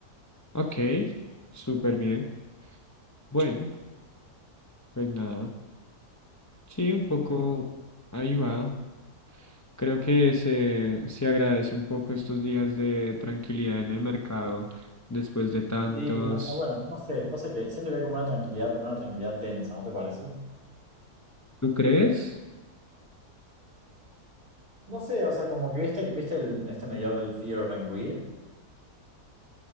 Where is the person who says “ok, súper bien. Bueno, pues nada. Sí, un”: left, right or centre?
Left